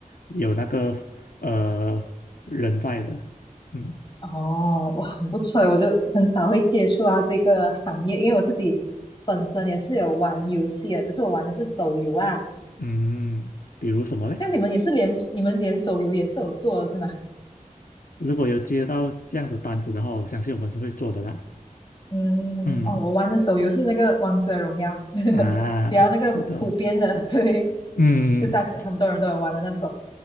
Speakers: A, on the left; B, on the left.
A: 有那个呃人在的，嗯。
B: 哦，哇，很不错诶，我就很少会接触到这个行业，因为我自己本身也是有玩游戏的，只是我玩的是手游啊。
A: 嗯，比如什么嘞？
B: 像你们也是连你们连手游也是有做的是吗？
A: 如果有接到这样的单子的话，我相信我们是会做的啦。
B: 嗯，
A: 嗯，
B: 哦，我玩的手游是那个《王者荣耀》，
A: 啊，
B: 比较那个普遍的，
A: 知道。
B: <laughs> 对，
A: 嗯，
B: 就大家很多人都有玩的那种。